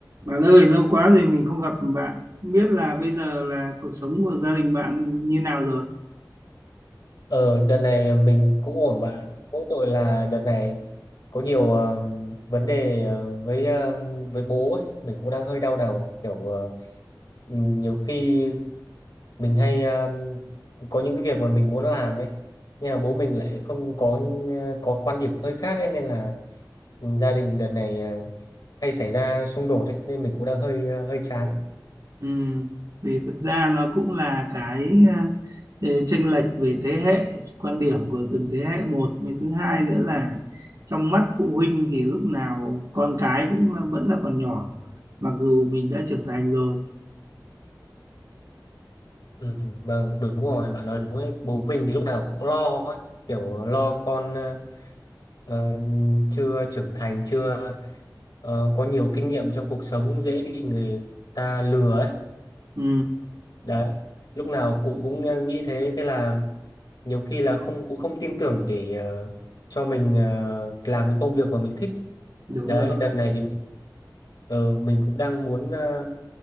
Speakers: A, on the right; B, on the left.
A: Bạn ơi, lâu quá rồi mình không gặp bạn. Không biết là bây giờ là cuộc sống của gia đình bạn như nào rồi?
B: Ờ, đợt này mình cũng ổn bạn. ạ. Mỗi tội là đợt này có nhiều ờ, vấn đề ờ, với ờ, với bố ấy, mình cũng đang hơi đau đầu kiểu ờ, nhiều khi mình hay ờ, có những cái việc mà mình muốn làm ấy, nhưng mà bố mình lại không có ờ, có quan điểm hơi khác ấy nên là ừ, gia đình đợt này ờ, hay xảy ra xung đột ấy nên mình cũng đang hơi ờ, hơi chán.
A: Ừ, vì thực ra nó cũng là cái uh, chênh lệch về thế hệ, quan điểm của từng thế hệ một. Với thứ hai nữa là trong mắt phụ huynh thì lúc nào con cái cũng là, vẫn là còn nhỏ. Mặc dù mình đã trưởng thành rồi.
B: Ừ, vâng, đúng rồi, bạn nói đúng ấy. Bố mình thì lúc nào cũng lo ấy, kiểu lo con ờ, ờ, chưa trưởng thành chưa ờ, có nhiều kinh nghiệm trong cuộc sống dễ bị người ta lừa ấy
A: Ừ,
B: đấy lúc nào cụ cũng ờ, nghĩ thế thế là nhiều khi là không cũng không tin tưởng để ờ, cho mình ờ, làm cái công việc mà mình thích
A: đúng
B: đấy
A: rồi.
B: đợt này thì ờ, mình cũng đang muốn ờ,